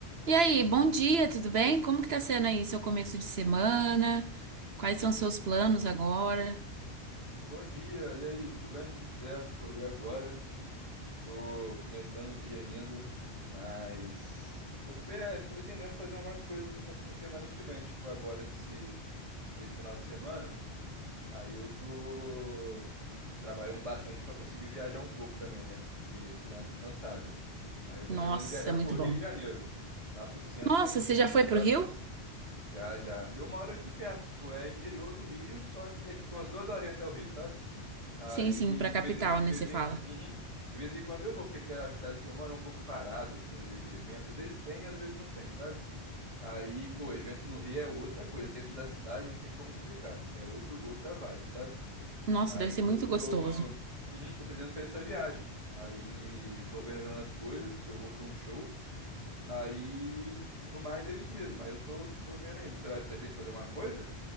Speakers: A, on the right (about 65°); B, on the right (about 30°).
A: E aí, bom dia, tudo bem? Como que tá sendo aí seu começo de semana? Quais são seus planos agora?
B: Bom dia, e aí, tudo bem? Tudo certo? Acordei agora, tô começando o dia ainda, mas tô pe- pretendendo fazer algumas coisas na na semana que vem, tipo agora que se esse final de semana, aí eu tô trabalhando bastante pra conseguir viajar um pouco também, né? Porque que dá uma descansada. Aí eu tô
A: Nossa,
B: pretendendo viajar
A: é muito
B: pro
A: bom.
B: Rio de Janeiro, lá pro centro,
A: Nossa,
B: centro
A: você
B: do Rio
A: já
B: mesmo,
A: foi pro
B: sabe?
A: Rio?
B: Já, já. Eu moro aqui perto, tipo, é interior do Rio, só que é tipo umas duas horinhas até o Rio, sabe? Aí,
A: Sim, sim, pra capital,
B: de vez em, de
A: né,
B: vez
A: você fala.
B: em, Uhum. De vez em quando eu vou, porque aqui é a cidade que eu moro é um pouco parada, assim, às vezes de evento. Às vezes tem, às vezes não tem, sabe? Aí, pô, evento no Rio é outra coisa. Centro da cidade não tem como explicar. É outro, outra vibe, sabe?
A: Nossa,
B: Aí
A: deve ser muito
B: eu
A: gostoso.
B: tô, uhum, tô aprendendo pra essa viagem. Aí eu tô organizando as coisas, que eu vou pra um show. Aí, no mais, é isso mesmo. Aí eu tô, tô vendo ainda. Você vai, pretende fazer alguma coisa?